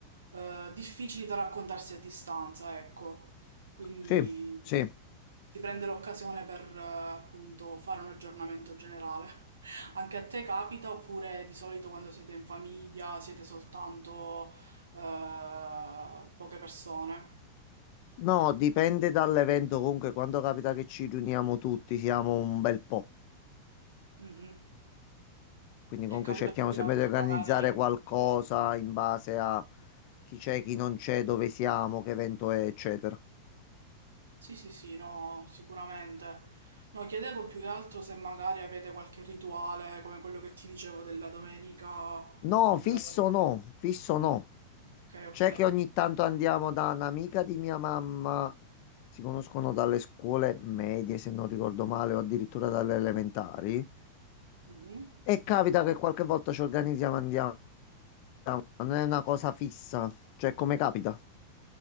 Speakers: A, on the right (about 75°); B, on the left (about 45°).
A: eh, difficili da raccontarsi a distanza, ecco. Quindi
B: Sì, sì.
A: si prende l'occasione per eh, appunto fare un aggiornamento generale. Anche a te capita oppure di solito quando siete in famiglia siete soltanto eh, poche persone?
B: No, dipende dall'evento. Comunque, quando capita che ci riuniamo tutti, siamo un bel po'.
A: Mhm.
B: Quindi comunque
A: E capita
B: cerchiamo
A: più che
B: sempre
A: altro
B: di organizzare
A: magari...
B: qualcosa in base a chi c'è, chi non c'è, dove siamo, che evento è, eccetera.
A: Sì, sì, sì, no, sicuramente. No, chiedevo più che altro se magari avete qualche rituale come quello che ti dicevo della domenica.
B: No,
A: eh,
B: fisso no, fisso no.
A: Ok, ok.
B: C'è che ogni tanto andiamo da un'amica di mia mamma, si conoscono dalle scuole medie, se non ricordo male, o addirittura dalle elementari.
A: Mhm.
B: E capita che qualche volta ci organizziamo e andiamo, ma non è una cosa fissa, cioè come capita.